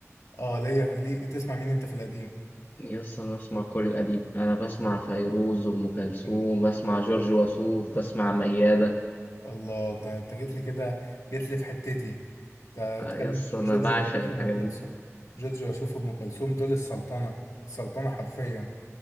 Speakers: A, on the left (about 80°); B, on the left (about 35°).
A: اه ليا ليه تسمع مين أنت في القديم
B: يس أنا بسمع كل القديم أنا بسمع فيروز أم كلثوم
A: الله
B: بسمع جورج وسوف بسمع ميادة
A: الله أنت أنت جيت لي كده جيت لي في حتتي أنت
B: آه،
A: تتكلم
B: يس أنا
A: جورج
B: بعشق
A: وسوف
B: الحاجات
A: وأم كلثوم
B: دي
A: جورج وسوف وأم كلثوم دول السلطنة السلطنة حرفيا